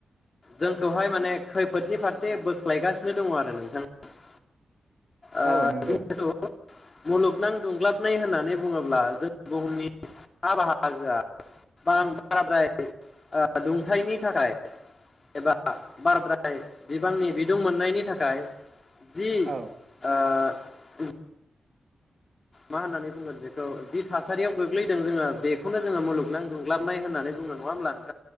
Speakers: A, on the left; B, on the right.
A: जोंखौहाय माने खैफोदनि फारसे बोख्लायगासिनो दङ आरो नोंथां । ओ
B: औ नंगौ
A: <inaudible> बिदिनोथ' मुलुगनां दुंग्लाबनाय होननानै बुङोब्ला जों बुहुमनि सा बाहागोआ बां <unintelligible> बाराद्राय ओ दुंथायनि थाखाय एबा बाराद्राय बिबांनि बिदुं मोननायनि थाखाय, जि
B: औ
A: ओ मा होननानै बुंगोन बेखौ? जि थासारियाव गोग्लैदों जोङो बेखौनो जोङो मुलुगनांगौ दुं गाग्लाबनाय होननानै बुङो नङा होमब्ला नो